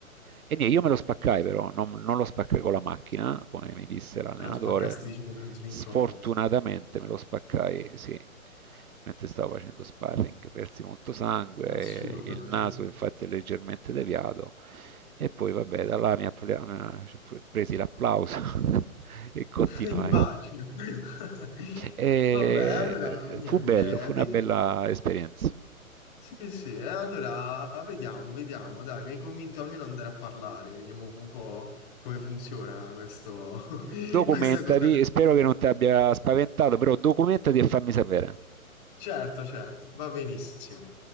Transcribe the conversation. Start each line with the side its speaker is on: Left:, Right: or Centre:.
Right: e niente, io me lo spaccai però, non, non lo spaccai con la macchina, come mi disse l'allenatore,
Left: Te lo spaccasti, diciamo, durante un
Right: sfortunatamente
Left: incontro, sì.
Right: me lo spaccai, sì, mentre stavo facendo sparring, persi molto sangue,
Left: Assurdo,
Right: il
Left: assurdo.
Right: naso infatti è leggermente deviato e poi vabbè, da là mi ha mi ha- presi l'applauso <laughs> e continuai.
Left: <laughs> Immagino. <laughs>
Right: E
Left: Vabbè, allora, niente,
Right: fu bello, fu una
Left: vedi-
Right: bella esperienza.
Left: Sì, sì, e allora vediamo, vediamo, dai, mi hai convinto almeno ad andare a parlare, vediamo un po' come funziona questo, <laughs>
Right: documentati,
Left: questa cosa
Right: spero
Left: qui.
Right: che non ti abbia spaventato, però documentati e fammi sapere.
Left: Certo, certo, va benissimo.